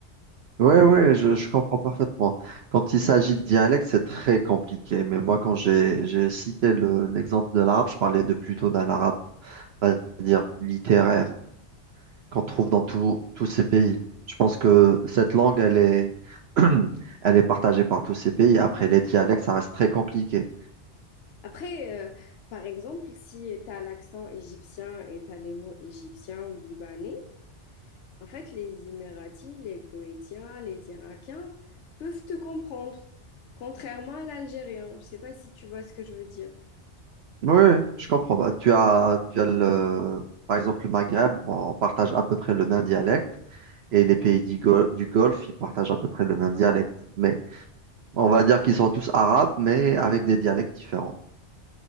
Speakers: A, on the right; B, on the left.
A: Ouais, ouais, je, je comprends parfaitement. Quand il s'agit de dialecte, c'est très compliqué. Mais moi, quand j'ai, j'ai cité le- l'exemple de l'arabe, je parlais de plutôt d'un arabe, on va dire, littéraire, qu'on trouve dans tout- tous ces pays. Je pense que cette langue, elle est, <clears throat> elle est partagée par tous ces pays. Après, les dialectes, ça reste très compliqué.
B: Après, euh, par exemple, si tu as l'accent égyptien et tu as les mots égyptiens ou libanais, en fait, les Émiratis, les Koétiens, les Irakiens peuvent te comprendre, contrairement à l'algérien. Je sais pas si tu vois ce que je veux dire.
A: Oui, oui, je comprends. Bah, Tu as, tu as le, par exemple, le Maghreb, on partage à peu près le même dialecte. Et les pays du Gol- du Golfe, ils partagent à peu près le même dialecte. Mais On va dire qu'ils sont tous arabes, mais avec des dialectes différents.